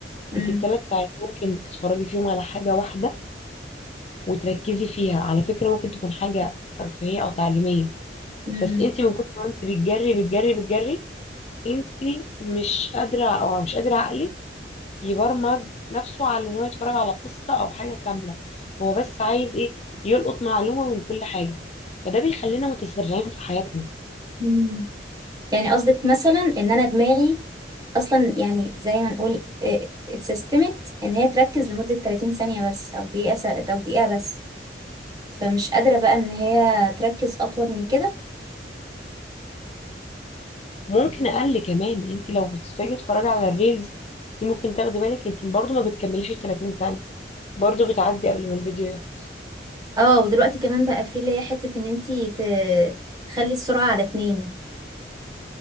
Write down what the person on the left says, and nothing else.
انت بثلاث ساعات ممكن تتفرجي فيهم على حاجة واحدة وتركزي فيها على فكرة ممكن تكون حاجة ترفيهية او تعليمية
بس انت من كتر ما انت بتجري بتجري بتجري انت مش قادرة او مش قادرة عقلك يبرمج نفسه على ان هو يتفرج على قصة او حاجة كاملة هو بس عايز ايه يلقط معلومة من كل حاجة فده بيخلينا متسرعين في حياتنا
ممكن اقل كمان انت لو بتتفاجئي تتفرجي على الريلز انت ممكن تاخدي بالك انت برضو ما بتكمليش ال 30 ثانية برضو بتعدي قبل ما الفيديو يخلص